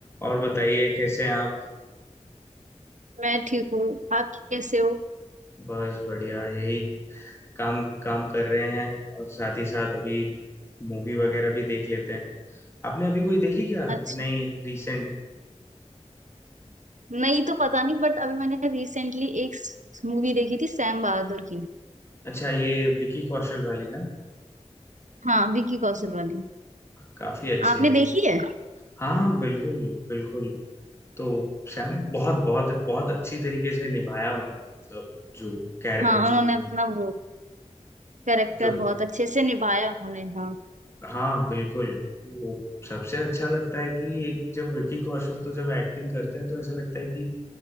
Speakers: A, on the left; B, on the right.
A: और बताइए कैसे हैं आप
B: मैं ठीक हूँ आप कैसे हो
A: बस बढ़िया यही काम काम कर रहे हैं और साथ ही साथ अभी मूवी वगैरह भी देख लेते हैं आपने अभी कोई देखी क्या
B: अच्छा
A: नहीं रिसेंट
B: नहीं तो पता नहीं बट अभी मैंने रिसेंटली एक मूवी देखी थी सैम बहादुर की
A: अच्छा ये विकी कौशल वाली ना
B: हाँ विकी कौशल वाली
A: काफी अच्छी
B: आपने
A: है
B: देखी है
A: हाँ हाँ, बिल्कुल बिल्कुल तो सैम बहुत बहुत बहुत अच्छी तरीके से निभाया उन्होंने मतलब जो कैर
B: हाँ
A: जो
B: उन्होंने अपना वो कैरेक्टर
A: जो
B: बहुत अच्छे से निभाया उन्होंने हाँ
A: हाँ बिल्कुल वो सबसे अच्छा लगता है कि एक जब विकी कौशल तो जब एक्टिंग करते हैं तो ऐसा लगता है कि